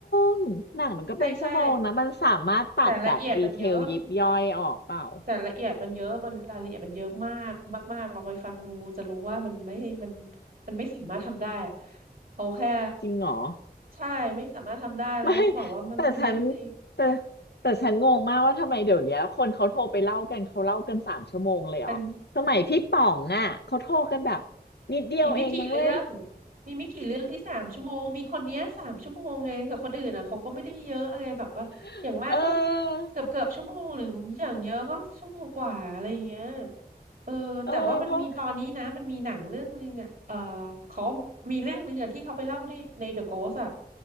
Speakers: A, on the left (about 85°); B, on the right (about 60°).
A: งหนังมันก็เป็นชั่วโมงนะมันสามารถตัดแบบดีเทลยิบย่อยออกเปล่า
B: ใช่ใช่ แต่ละเอียดมันเยอะแต่ละเอียดมันเยอะมันรายละเอียดมันเยอะมากมากๆลองไปฟังดูจะรู้ว่ามันไม่มันมันไม่สามารถทำได้อะเอาแค่
A: จริงเหรอ
B: ใช่ไม่สามารถทำได้แล้วบอกว่ามันมันเยอะจริง
A: ไม่แต่ฉันแต่แต่ฉันงงมากว่าทำไมเดี๋ยวเนี้ยคนเขาโทรไปเล่ากันเขาเล่ากันสามชั่วโมงเลยเหรอสมัยพี่ป๋องอ่ะเขาโทรกันแบบ
B: ๆเน
A: นิดเดียวเองนะเว้ย
B: มีไม่กี่เรื่อง มีไม่กี่เรื่องที่สามชั่วโมงมีคนเนี้ยสามชั่วโมงไงแต่คนอื่นอ่ะเขาก็ไม่ได้เยอะอะไรแบบว่าอย่างมากก็
A: <laughs> เออ
B: เกือบเกือบชั่วโมงหรืออย่างเยอะก็ชั่วโมงกว่าอะไรอย่างเงี้ยเออแต่ว่ามันมีตอนนี้นะมันมีหนังเรื่องนึงอ่ะเออ
A: เออเพราะ
B: เขามีเรื่องนึงอย่างที่เขาไปเล่าในใน The Ghost อ่ะ